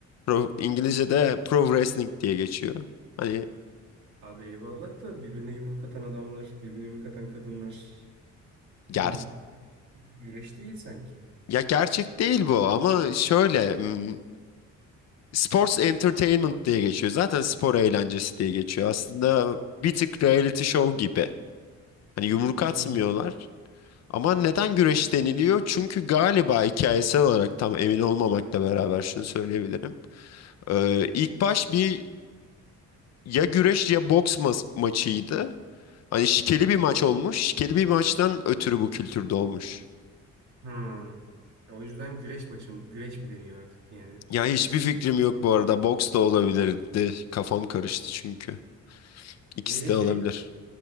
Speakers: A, on the left; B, on the right.
A: pro, İngilizce'de pro wrestling diye geçiyor. Hani
B: Abi eyvallah da birbirine yumruk atan adamlar, birbirine yumruk atan kadınlar
A: ger
B: yumruk güreş değil sanki.
A: ya gerçek değil bu ama şöyle hmm, sports entertainment diye geçiyor. Zaten spor eğlencesi diye geçiyor. Aslında bir tık reality show gibi. Hani yumruk atmıyorlar.
B: Hı.
A: Ama neden güreş deniliyor? Çünkü galiba hikayesel olarak tam emin olmamakla beraber şunu söyleyebilirim. Ee, ilk baş bir ya güreş ya boks mas- maçıydı. Hani şikeli bir maç olmuş. Şikeli bir maçtan ötürü bu kültürde olmuş.
B: Hmm. E, O yüzden güreş maçım, güreş mi deniyor artık yani
A: Ya
B: biraz.
A: hiçbir fikrim yok bu arada. Boks da olabilirdi. Kafam karıştı çünkü. İkisi
B: E
A: de
B: şey
A: olabilir.